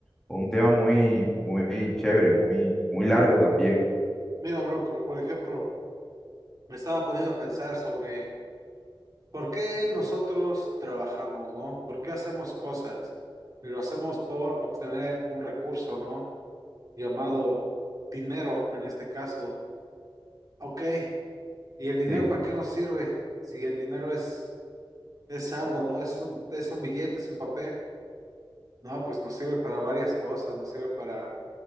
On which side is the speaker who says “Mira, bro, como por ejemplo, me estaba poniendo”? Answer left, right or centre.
Right